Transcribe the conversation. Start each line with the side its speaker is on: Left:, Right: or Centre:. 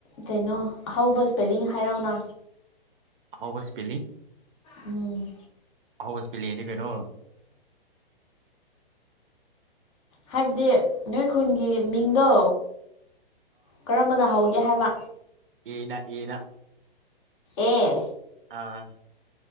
Left: ꯀꯩꯅꯣ ꯑꯍꯧꯕ ꯏꯁꯄꯦꯂꯤꯡ ꯍꯥꯏꯔꯛꯅ
Right: ꯍꯕ ꯁꯄꯦꯂꯤ꯫
Left: ꯎꯝ
Right: ꯍꯁ ꯄꯤꯂ ꯌꯦꯅꯤ ꯀꯩꯅꯣ
Left: ꯍꯥꯏꯕꯗꯤ ꯅꯣꯏ ꯈꯨꯟꯒꯤ ꯃꯤꯡꯗꯣ ꯀꯔꯝꯕꯅ ꯍꯧꯒꯦ ꯍꯥꯏꯕ
Right: ꯌꯦꯅ ꯌꯦꯅ
Left: ꯑꯥ
Right: ꯑꯥ